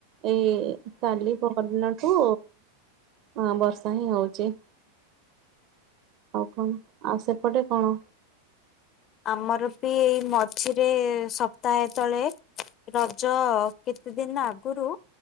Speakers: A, on the right; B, on the left.
A: ଏଇ କାଲି ପହର ଦିନଠୁ ହଁ ବର୍ଷା ହିଁ ହଉଚି। ଅଉ କଣ ଆଉ ସେପଟେ କଣ?
B: ଆମର ବି ଏଇ ମଝିରେ ସପ୍ତାହେ ତଳେ ରଜ କେତେ ଦିନ ଆଗରୁ